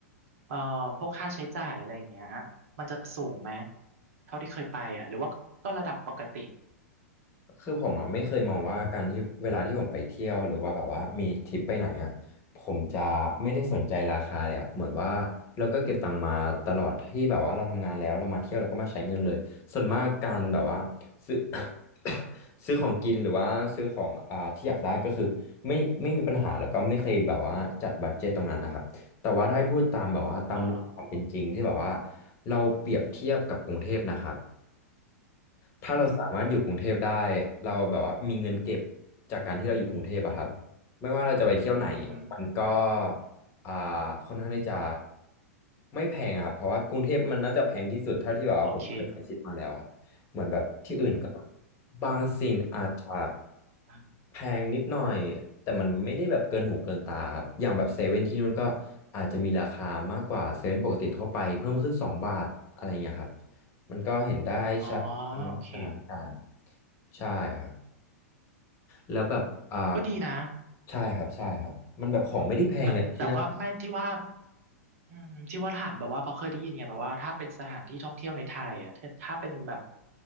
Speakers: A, on the right; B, on the left.
A: เอ่อพวกค่าใช้จ่ายอะไรอย่างเงี้ยมันจะสูงไหมเท่าที่เคยไปอ่ะหรือว่าก็ระดับปกติ
B: คือผมอ่ะไม่เคยมองว่าการที่เวลาที่ผมไปเที่ยวหรือว่าแบบว่ามีทริปไปไหนอ่ะผมจะไม่ได้สนใจราคาเลยอ่ะเหมือนว่าเราก็เก็บตังค์มาตลอดที่แบบว่าเราทำงานแล้วเรามาเที่ยวเราก็มาใช้เงินเลยส่วนมากการแบบว่าซื้อ <coughs> ซื้อของกินหรือว่าซื้อของอ่าที่อยากได้ก็คือไม่ไม่มีปัญหาแล้วก็ไม่เคยแบบว่าจัดบัดเจ็ตตรงนั้นนะครับแต่ว่าถ้าให้พูดตามแบบว่าตามความเป็นจริงที่แบบว่า
A: เออ
B: เราเปรียบเทียบกับกรุงเทพนะครับ ถ้าเราสามารถอยู่กรุงเทพได้
A: อืม
B: เราแบบว่ามีเงินเก็บจากการที่เราอยู่กรุงเทพอะครับไม่ว่าเราจะไปเที่ยวไหนมันก็
A: อืม
B: อ่าค่อนข้างที่จะไม่แพงอะครับเพราะว่ากรุงเทพมันน่าจะแพงที่สุดเท่าที่แบบว่าผมเคยคิดมาแล้วครับเหมือนแบบที่อื่นก็
A: โอเค
B: บางสิ่งอาจจะ
A: <laughs>
B: แพงนิดหน่อยแต่มันไม่ได้แบบเกินหูเกินตาครับอย่างแบบเซเว่นที่นู่นก็อาจจะมีราคามากกว่าเซเว่นปกติทั่วไปเพิ่มขึ้นสองบาทอะไรเงี้ยครับมันก็เห็นได้ชัด
A: อ๋อ
B: อันนี้สถานการณ์
A: โอเค
B: ใช่ครับแล้วแบบอ่า
A: ก็ดีนะ
B: ใช่ครับใช่ครับมันแบบของไม่ได้แพงเลยที่นั่น
A: แต่แต่ก็ไม่ที่ว่า อืมที่ว่าถามแบบว่าเพราะเคยได้ยินไงแบบว่าถ้าเป็นสถานที่ท่องเที่ยวในไทยอ่ะถ้าถ้าเป็นแบบ